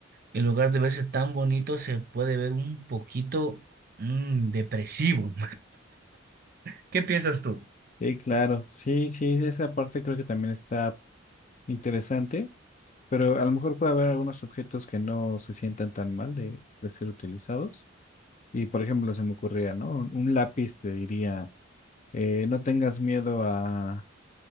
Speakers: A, on the right; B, on the left.
A: en lugar de verse tan bonito se puede ver un poquito mm, depresivo. <laughs> ¿Qué piensas tú?
B: Sí, claro. Sí, sí, esa parte creo que también está interesante. Pero a lo mejor puede haber algunos objetos que no se sientan tan mal de, de ser utilizados. Y por ejemplo, se me ocurría, ¿no? Un, un lápiz te diría, eh, no tengas miedo a,